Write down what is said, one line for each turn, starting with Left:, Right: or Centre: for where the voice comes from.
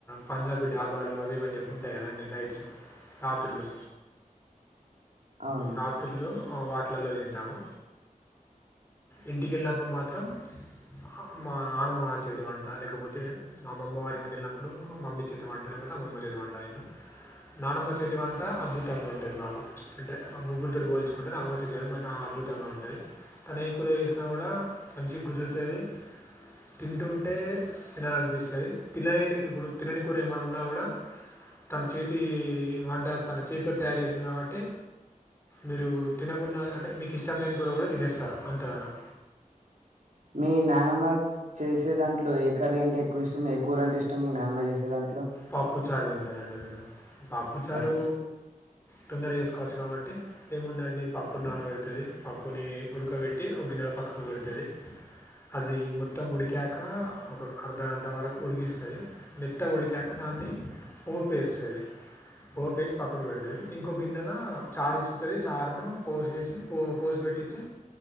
Left: పంజాబీ డాబాలు అవి ఇవన్న చెప్పి ఉంటాయి కదా అండి నైట్స్ రాత్రులు
Right: అవును
Left: రాత్రులు వాటిలల్లో తింటాము ఇంటికి వెళ్ళినప్పుడు మాత్రం అమ్ మా నానమ్మగారి చేతి వంట లేకపోతే మా అమ్మ వారి ఇంటికి వెళ్ళినప్పుడు మమ్మీ చేతి వంట లేకపోతే అమ్మ చేతి వంట ఏం నానమ్మ చేతి వంట అద్భుతంగా ఉంటుంది మాకు అంటే ముగ్గురుతోటి పోల్చుకుంటారు నానమ్మ చేతి వంట అద్భుతంగా ఉంటుంది తాను ఏ కూర వేసినా కూడా మంచి కుదురుతది తింటుంటే తినాలనిపిస్తుంది తినలేని ఇప్పుడు తినని కూర ఏమైనా ఉన్నా కూడా తన చేతి వంట తన చేతి తయారు చేసింది కాబట్టి మీరు తినకుండా అంటే మీకు ఇష్టం లేని కూర కూడా తినేస్తారు అంత గానం
Right: మీ నానమ్మ చేసే దాంట్లో ఏ కర్రీ ఎక్కువ ఇష్టం ఏ కూవరుంటే ఇష్టం నానమ్మ చేసే దంటే
Left: పాప్పు చారు తింటానండి నేను పాప్పు చారు
Right: పప్పు చా
Left: తొందర చేసుకోవచ్చు కాబట్టి ఏముందండి పప్పు నానబెడుతుంది పప్పుని ఉడకబెట్టి ఒక గిన్నెలో పక్కకు పెడుతుంది అది మొత్తం ఉడికాక ఒక అర్ధ గంట వరకు ఉడికిస్తది మెత్తగ ఉడికాక దాన్ని ఊపిస్తాది పోపేసి పక్కకు పెడుతుంది ఇంకోక గిన్నెలో చారు ఇసుకుతుది చారు ను పోసేసి పోసి పెట్టిచే